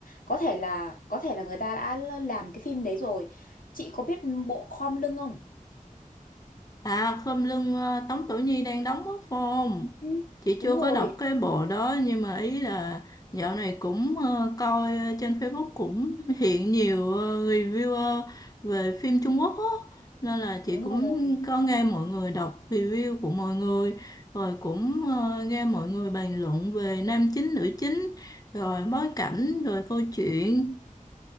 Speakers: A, on the left; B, on the left.
A: có thể là có thể là người ta đã làm cái phim đấy rồi chị có biết bộ Khom Lưng không
B: À khom lưng ờ, Tống Tổ Nhi đang đóng mất phong
A: Ừ.
B: Chị
A: đúng
B: chưa có
A: rồi
B: đọc cái bộ đó nhưng mà ý là dạo này cũng ờ, coi trên Facebook cũng hiện nhiều ờ, reviewer về phim Trung Quốc á. Nên là chị
A: đúng
B: cũng
A: rồi
B: có nghe mọi người đọc review của mọi người rồi cũng ờ, nghe mọi người bàn luận về nam chính nữ chính rồi bối cảnh rồi câu chuyện